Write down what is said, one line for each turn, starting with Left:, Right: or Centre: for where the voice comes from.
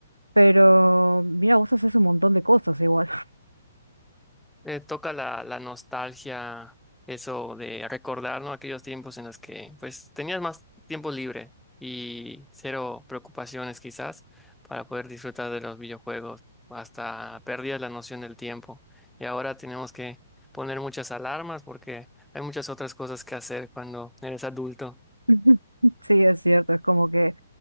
Right: Pero mira, vos haces un montón de cosas igual.
Centre: Eh, toca la, la nostalgia, eso de recordar, ¿no? Aquellos tiempos en los que pues tenías más tiempo libre y cero preocupaciones quizás para poder disfrutar de los videojuegos. Hasta perdías la noción del tiempo. Y ahora tenemos que poner muchas alarmas porque hay muchas otras cosas que hacer cuando eres adulto.
Right: <laughs> Sí, es cierto, es como que